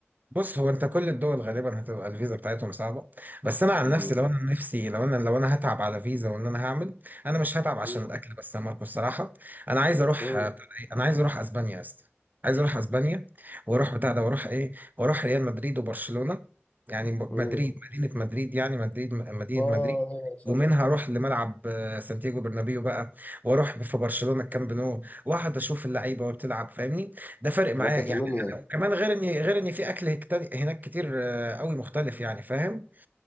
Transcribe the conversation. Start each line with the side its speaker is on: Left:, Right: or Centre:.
Right: بص هو انت كل الدول غالبا هتبقى الفيزا بتاعتهم صعبه بس انا عن
Left: مم.
Right: نفسي لو انا عن نفسي لو انا لو انا هتعب على فيزا وان انا هعمل انا مش هتعب عشان
Left: مم.
Right: الاكل بس يا ماركو الصراحه انا عايز اروح
Left: مم.
Right: آه، بتاع ده ايه؟ انا عايز اروح اسبانيا يا اسطى عايز اروح اسبانيا واروح بتاع ده واروح ايه واروح ريال مدريد وبرشلونه يعني م-
Left: مم.
Right: مدريد مدينه مدريد يعني مدريد م- مدينه
Left: آه
Right: مدريد
Left: أيوة صح
Right: ومنها اروح لملعب آه، سانتياغو برنابيو بقى واروح في برشلونه الكامب نو واقعد اشوف اللعيبه وبتلعب فاهمني ده فرق معايا
Left: راكاتالونيا
Right: يعني. كمان غير ان غير ان في اكل هكت- هناك كتير آه، قوي مختلف يعني فاهم